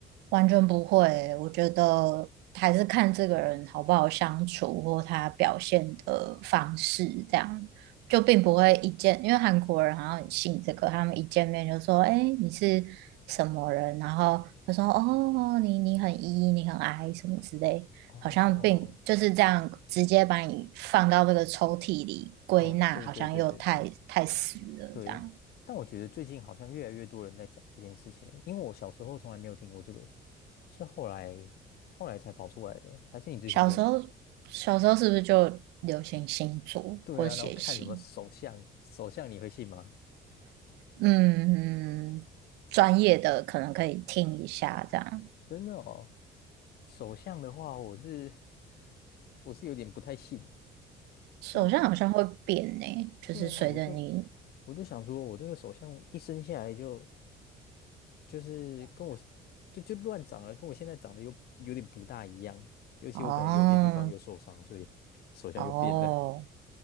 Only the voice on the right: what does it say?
完全不会。我觉得还是看这个人好不好相处，或他表现的方式，这样就并不会一见。因为韩国人好像很信这个，他们一见面就说：“哎，你是什么人？”然后他说：“哦，你你很 E，你很 I 什么之类。”好像并就是这样直接把你放到这个抽屉里归纳，
好像又太太死了这样。
小时候，小时候是不是就流行星座或写信？
嗯，专业的可能可以听一下，这样
手相好像会变呢，
就是随着你
哦
哦